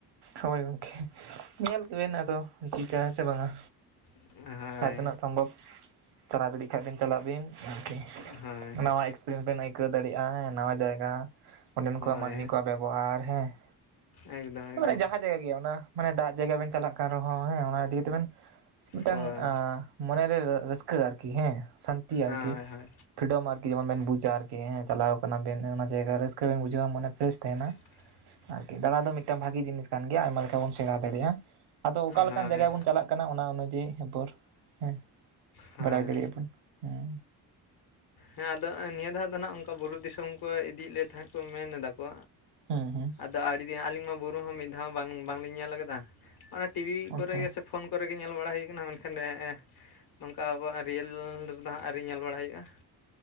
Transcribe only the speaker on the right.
ᱦᱳᱭ ᱜᱚᱝᱠᱮ ᱾ ᱧᱮᱞ ᱠᱚᱵᱮᱱ ᱟᱫᱚ ᱪᱤᱠᱠᱟ ᱦᱮᱸᱥᱮ ᱵᱟᱝᱼᱟ
ᱡᱟᱦᱟᱸ ᱛᱤᱱᱟᱹᱜ ᱥᱚᱢᱵᱷᱚᱵ ᱾ ᱪᱟᱞᱟᱣ ᱜᱤᱰᱤᱜ ᱠᱷᱟᱡ ᱵᱤᱱ ᱪᱟᱞᱟᱜ ᱵᱤᱱ ᱾
ᱱᱟᱣᱟ ᱮᱠᱥᱯᱤᱨᱤᱭᱮᱱᱥ ᱵᱮᱱ ᱟᱹᱭ ᱠᱟᱹᱣ ᱫᱟᱲᱮᱭᱟᱜᱼᱟ ᱦᱮᱸ ᱱᱟᱣᱟ ᱡᱟᱭᱜᱟ ᱚᱸᱰᱮᱱ
ᱠᱚᱣᱟᱜ ᱢᱟᱹᱱᱢᱤ ᱠᱚᱣᱟᱜ ᱵᱮᱵᱚᱦᱟᱨ ᱦᱮᱸ ᱾
ᱮᱵᱟᱨᱮ ᱡᱟᱦᱟᱸ ᱡᱟᱭᱜᱟ ᱜᱮ ᱚᱱᱟ ᱢᱟᱱᱮ ᱫᱟᱜ ᱡᱟᱭᱜᱟ ᱵᱮᱱ ᱪᱟᱞᱟᱜ ᱠᱟᱱ ᱨᱮᱦᱚᱸ ᱦᱮᱸ ᱚᱱᱟ ᱤᱫᱤᱭᱤ ᱛᱮᱵᱮᱱ ᱢᱤᱫᱴᱟᱝ
ᱢᱚᱱᱮᱨᱮ ᱨᱟᱹᱥ ᱠᱟᱹ ᱟᱨᱠᱤ ᱦᱮᱸ ᱥᱟᱹᱱᱛᱤ ᱟᱨᱠᱤ,
ᱯᱷᱨᱤᱰᱚᱢ ᱟᱨᱠᱤ ᱡᱮᱢᱚᱱ ᱵᱮᱱ ᱵᱩᱡᱟ ᱟᱨᱠᱤ ᱦᱮᱸ ᱪᱟᱞᱟᱣ ᱠᱟᱱᱟ ᱵᱮᱱ ᱚᱱᱟ ᱡᱟᱭᱜᱟ ᱨᱟᱹᱥᱠᱟᱹ ᱵᱮᱱ ᱵᱩᱡᱷᱟᱹᱣᱟ ᱢᱚᱱᱮ ᱯᱷᱨᱮᱥ ᱛᱟᱦᱮᱸᱱᱟ ᱾
ᱟᱨᱠᱤ ᱫᱟᱬᱟ ᱫᱚ ᱢᱤᱫᱴᱟᱝ ᱵᱷᱟᱜᱤ ᱡᱤᱱᱤᱥ ᱠᱟᱱ ᱜᱮᱭᱟ, ᱟᱭᱢᱟ ᱞᱮᱠᱟ ᱵᱚᱱ ᱥᱮᱬᱟ ᱫᱟᱲᱮᱭᱟᱜᱼᱟ ᱾ ᱟᱫᱚ ᱚᱠᱟ ᱞᱮᱠᱟᱱ
ᱡᱟᱭᱜᱟ ᱵᱚᱱ ᱪᱟᱞᱟᱜ ᱠᱟᱱᱟ ᱚᱱᱟ ᱚᱱᱩᱡᱟᱭᱤ ᱮᱯᱚᱨ ᱦᱮᱸ
ᱵᱟᱰᱟᱭ ᱫᱟᱲᱮᱭᱟᱜᱼᱟ ᱵᱚᱱ ᱦᱩᱸ᱾
ᱦᱮᱸ ᱦᱮᱸ
ᱟᱪᱪᱷᱟ